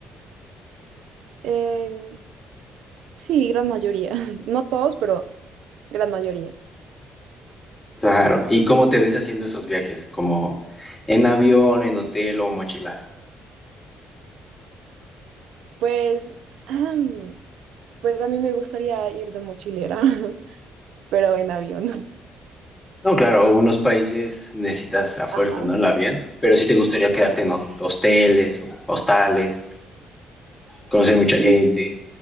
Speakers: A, on the right; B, on the left.
A: Em, sí, gran mayoría, <laughs> no todos, pero gran mayoría.
B: Claro. ¿Y cómo te ves haciendo esos viajes? ¿Como en avión, en hotel o mochilazo?
A: Pues, <clears throat> pues a mí me gustaría ir de mochilera, <laughs> pero en avión.
B: No, claro, unos países necesitas a fuerza,
A: Ajá.
B: ¿no? El avión. Pero sí te gustaría quedarte en ho- hosteles, o hostales, conocer mucha
A: Sí,
B: gente.